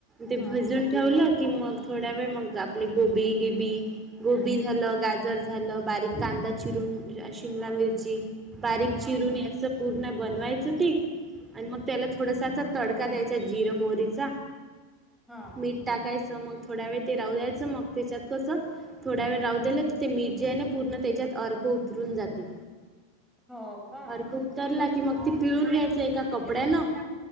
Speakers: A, on the right; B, in the centre.
A: ते भीजून
B: हा हा
A: ठेवलं की मग थोड्या वेळ मग आपले गोबी गिबी गोबी झालं गाजर झालं बारीक कांदा चिरून र शिमला मिरची बारीक
B: हा
A: चिरून
B: हा हा
A: ए असं पूर्ण बनवायचं ते आणि मग त्याला थोडसा असा तड ईर मोरीचा.
B: हा.
A: मीठ टाकायचं मग थोड्या वेळ ते रावू द्यायचं मग त्याच्यात कसं थोड्या वेळ राहू दिलं त ते मीठ जे ने पूर्ण त्याच्यात अर्क उतरून जाते.
B: हो का
A: अरक उतरला की मग ती पिळून घ्यायचं एका कपड्यान. <inaudible>